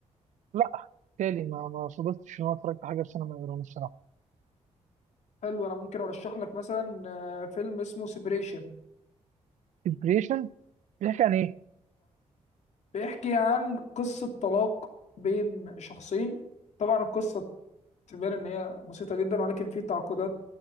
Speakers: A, on the right; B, on the left.
A: لا تالي ما ما صدفتش ان انا اتفرجت على حاجه في سينما ايران الصراحه
B: حلو أنا ممكن أرشح لك مثلا آه، فيلم اسمه سيبريشن
A: ديبريشن بيحكي عن ايه؟
B: بيحكي عن قصة طلاق بين شخصين طبعا القصة تبان ان هي بسيطه جدا ولكن في تعقيدات